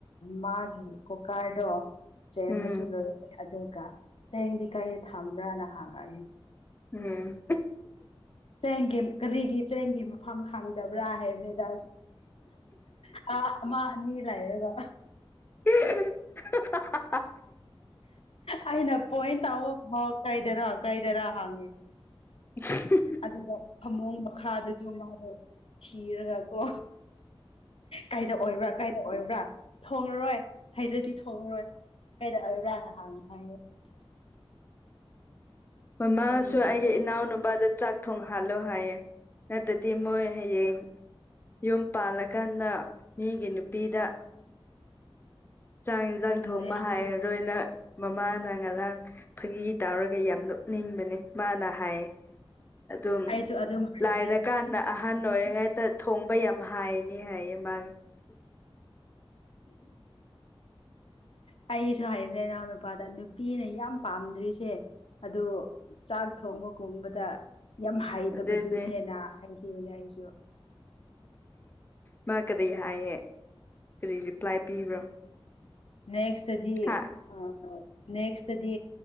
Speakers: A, on the left (about 80°); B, on the left (about 20°).
A: ꯃꯥꯒꯤ ꯀꯣꯀꯥꯔꯗꯣ ꯆꯦꯟꯕꯁꯨ
B: ꯎꯝ
A: ꯂꯣꯏꯔꯦ ꯑꯗꯨꯒ ꯆꯦꯡꯗꯤ ꯀꯥꯏꯗ ꯊꯝꯕ꯭ꯔꯥꯅ ꯍꯥꯡꯉꯛꯏ
B: ꯎꯝ
A: ꯆꯦꯡꯒꯤ ꯀꯔꯤꯒꯤ ꯆꯦꯡꯒꯤ ꯃꯐꯝ ꯈꯪꯗꯕ꯭ꯔꯥ ꯍꯥꯏꯕꯅꯤꯗ ꯊꯥ ꯑꯃ ꯑꯅꯤ ꯂꯩꯔꯒ
B: ꯎ <unintelligible>
A: ꯑꯩꯅ ꯄꯣꯏꯟ ꯇꯥꯛꯑꯣ ꯍꯥꯎ ꯀꯥꯏꯗꯔ ꯀꯥꯏꯗꯔ ꯍꯥꯡꯉꯤ
B: <unintelligible>
A: ꯑꯗꯨꯒ ꯐꯃꯨꯡ ꯃꯈꯥꯗꯁꯨ ꯃꯥꯗꯣ ꯊꯤꯔꯒ ꯀꯣ ꯀꯥꯏꯗ ꯑꯣꯏꯕ꯭ꯔꯥ ꯀꯥꯏꯗ ꯑꯣꯏꯕ꯭ꯔꯥ ꯊꯣꯉꯔꯣꯏ ꯍꯩꯗ꯭ꯔꯗꯤ ꯊꯣꯉꯔꯣꯏ ꯀꯩꯔꯛꯑ <unintelligible> ꯔꯥꯡꯅ ꯍꯥꯡꯉꯤ ꯍꯥꯏꯉꯦ
B: ꯃꯃꯥꯁꯨ
A: ꯀꯔꯤꯒꯤꯅꯣ
B: ꯑꯩꯒꯤ ꯏꯅꯥꯎ ꯅꯨꯨꯄꯥꯗꯣ ꯆꯥꯛ ꯊꯣꯡ ꯍꯥꯜꯂꯣ ꯍꯥꯏꯌꯦ ꯅꯠꯇ꯭ꯔꯗꯤ ꯃꯣꯏ ꯍꯌꯦꯡ ꯌꯨꯝ ꯄꯥꯜꯂꯀꯥꯟꯗ ꯃꯤꯒꯤ ꯅꯨꯄꯤꯗ ꯆꯥꯡ ꯌꯦꯟꯁꯥꯡ
A: ꯑꯗꯨꯅꯦ
B: ꯊꯣꯡꯕ ꯍꯩꯔꯔꯣꯏꯅ ꯃꯃꯥꯅ ꯉꯔꯥꯡ ꯐꯪꯒꯤ ꯇꯥꯎꯔꯒ ꯌꯥꯝ ꯅꯣꯛꯅꯤꯡꯕꯅꯦ ꯃꯥꯅ ꯍꯥꯏꯌꯦ ꯑꯗꯨꯝ
A: ꯑꯩꯁꯨ ꯑꯗꯨꯝ ꯍꯥꯏꯕꯅꯦ
B: ꯂꯥꯏꯔꯀꯥꯟꯗ ꯑꯍꯟ ꯑꯣꯏꯔꯦꯉꯩ ꯊꯣꯡꯕ ꯌꯥꯝ ꯍꯥꯏꯅꯤ ꯍꯥꯏꯌꯦ ꯃꯅꯥ
A: ꯑꯩꯁꯨ ꯍꯥꯏꯕꯅꯦ ꯢꯅꯥꯎꯅꯨꯄꯥꯗ ꯅꯨꯄꯤꯅ ꯌꯥꯝ ꯄꯥꯝꯗ꯭ꯔꯤꯁꯦ ꯑꯗꯨ ꯆꯥꯛ ꯊꯣꯡꯕꯒꯨꯝꯕꯗ ꯌꯥꯝ ꯍꯩꯇꯕꯗꯨꯅꯦꯅ
B: ꯑꯗꯨꯅꯦ
A: ꯍꯥꯏ ꯑꯗꯨꯅꯦ ꯑꯩꯁꯨ
B: ꯃꯥ ꯀꯔꯤ ꯍꯥꯏꯌꯦ ꯀꯔꯤ ꯔꯤꯄ꯭ꯂꯥꯏ ꯄꯤꯕ꯭ꯔꯣ
A: ꯅꯦꯛꯁꯑꯗꯤ
B: ꯍꯥ
A: ꯑꯝ ꯑꯣ ꯅꯦꯛꯁꯇꯗꯤ